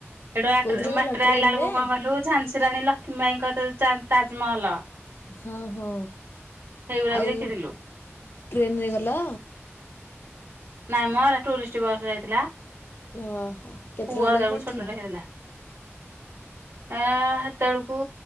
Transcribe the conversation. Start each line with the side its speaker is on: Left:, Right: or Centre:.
Right: ଏଟୁ ଆଟରେ
Left: କୋଉଥିରେ ଗଲ
Right: ବାଟରେ
Left: ଟ୍ରେନ
Right: ଆଇଲା ବେଳକୁ
Left: ରେ?
Right: କଣ କହିଲୁ ଝାନ୍ସୀରାଣୀ ଲକ୍ଷ୍ମୀ ବାଇଙ୍କ ତ ତ ତାଜମହଲ।
Left: ହଁ ହଁ
Right: ସେଇଗୁରା
Left: ଆଉ
Right: ବି ଦେଖିଥିଲୁ
Left: ଟ୍ରେନରେ ଗଲ?
Right: ନାଇଁ ମ ଏରା ଟୁରିଷ୍ଟି ବସ ଯାଇଥିଲା।
Left: ଓହୋ କେତେ
Right: ପୁଅ
Left: ଟଙ୍କା
Right: ସେତେଳୁକୁ
Left: ଲାଗି ପଡିଥିଲା?
Right: ଛୋଟଟେ ହେଇଥିଲା। ଏଁ ସେତେବେଳକୁ